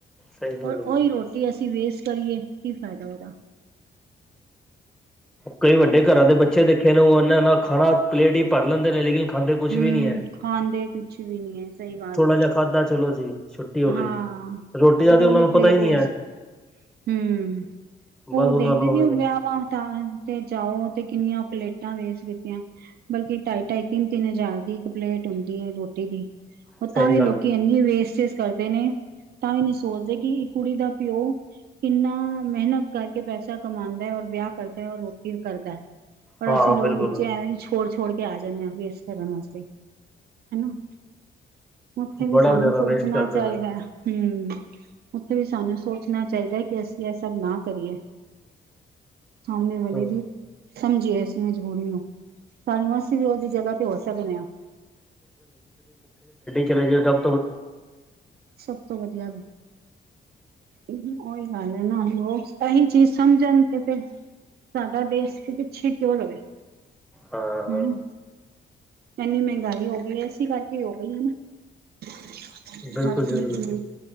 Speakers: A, in the centre; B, on the right.
A: ਸਹੀ ਗੱਲ
B: ਉਹੀ
A: ਹੈ ਜੀ
B: ਰੋਟੀ ਅਸੀ ਵੇਸਟ ਕਰੀਏ ਕੀ ਫ਼ਾਇਦਾ ਉਹਦਾ
A: ਕਈ ਵੱਡੇ ਘਰਾਂ ਦੇ ਬੱਚੇ ਦੇਖੇ ਨੇ ਉਹ ਇਹਨਾਂ ਨਾ ਖਾਣਾ ਪਲੇਟ ਹੀ ਭਰ ਲੈਂਦੇ ਨੇ ਲੇਕਿਨ ਖਾਂਦੇ ਕੁਛ
B: ਹਮ
A: ਵੀ ਨੀ ਹੈ
B: ਖਾਂਦੇ ਕੁਛ ਵੀ ਨਹੀਂੀ ਹੈ ਸਹੀ ਗੱਲ
A: ਥੋੜਾ
B: ਹੈ
A: ਜਿਹਾ ਖਾਧਾ ਚਲੋ ਜੀ ਛੁੱਟੀ ਹੋ
B: ਹਾਂ
A: ਗਈ ਰੋਟੀ ਦਾ
B: ਪੂਰੀ
A: ਤੇ ਉਹਨਾਂ ਨੂੰ
B: ਪਲੇਟ
A: ਪਤਾ ਹੀ ਨਹੀਂ
B: ਵੇਸ
A: ਹੈ
B: ਹਮ
A: ਬਸ
B: ਉਹ
A: ਉਹਨਾਂ
B: ਦੇਖਦੇਦੀ
A: ਨੂੰ
B: ਵਿਆਹ ਵਹ ਤਾਂ ਤੇ ਜਾਓ ਤੇ ਕਿੰਨੀਆਂ ਪਲੇਟਾਂ ਵੇਸਟ ਕੀਤੀਆਂ ਬਲਕਿ ਢਾਈ ਢਾਈ ਤਿੰਨ ਤਿੰਨ ਹਜ਼ਾਰ ਦੀ ਇੱਕ ਪਲੇਟ ਹੁੰਦੀ ਹੈ ਰੋਟੀ ਦੀ ਉਹ
A: ਸਹੀ
B: ਤਾਂਵੇ
A: ਗੱਲ
B: ਲੋਕੀ
A: ਹੈ ਜੀ
B: ਇੰ ਚ ਕਰਦੇ ਨੇ ਤਾਂ ਵੀ ਨਹੀਂ ਸੋਚਦੇ ਕਿ ਇੱਕ ਕੁੜੀ ਦਾ ਪਿਓ ਕਿੰਨਾ ਮਿਹਨਤ ਕਰਕੇ ਪੈਸਾ ਕਮਾਉਦਾ ਹੈ ਔਰ ਵਿਆਹ ਕਰਦਾ ਹੈ ਉਹਰ ਰੋਟੀ ਕਰਦਾ ਪਰ
A: ਹਾਂ
B: ਅਸੀਂ ਲੋਕ
A: ਬਿਲਕੁਲ
B: ਵਿੱਚ
A: ਬਿਲਕੁਲ
B: ਐਵੇਂ ਹੀ ਛੋੜ ਛੋੜ ਕੇ ਆ ਜਾਂਦੇ ਵੇਸਟ ਕਰਨ ਵਾਸਤੇ ਹਨਾ ਕਿਊ ਵੀਰਜੀ
A: ਬੜਾ
B: ਸਾਨੂੰ
A: ਜ਼ਿਆਦਾ
B: ਸੋਚਣਾ
A: ਵੇਸਟ ਕਰਦੇ
B: ਚਾਹੀਦਾ
A: ਨੇ
B: ਹਮ ਉੱਥੇ ਵੀ ਸਾਨੂੰ ਸੋਚਣਾ ਚਾਹੀਦਾ ਕਿ ਅਸੀਂ ਇਹ ਸਭ ਨਾ ਕਰੀਏ ਸਮਣੇ ਵਾਲੇ
A: ਹੂੰ
B: ਦੀ ਸਮਝੀਏ ਇਸ ਮਜਬੂਰੀ ਨੂੰ ਸਾਨੂੰ ਅਸੀਂ ਵੀ ਉਹਦੀ ਜਗ੍ਹਾ ਤੇ ਹੋ ਸਕਦੇ ਹਾਂ
A: ਕਿਵੇਂ ਦੀ ਹੈ <unintelligible>
B: ਸਭ ਤੋਂ ਵਧੀਆ ਇਨੀ ਆਇਲ ਗੱਲ ਨਾ ਲੋਕ ਤਾਂਹੀ ਚੀਜ਼ ਸਮਝਣ ਤੇ ਫਿਰ ਸਾਡਾ ਦੇਸ਼ ਪਿੱਛੇ ਕਿਉਂ ਰਹੇ
A: ਹਾਂ
B: ਹਮ ਇੰਨੀ ਮਹਿੰਗਾਈ ਹੋ ਗਈ ਇਸੇ ਕਰਕੇ ਹੋ ਗਈ ਹੈ ਨਾ।
A: ਬਿਲਕੁਲ
B: ਹਰ
A: ਜੀ
B: ਚੀਜ਼
A: ਬਿਲਕੁਲ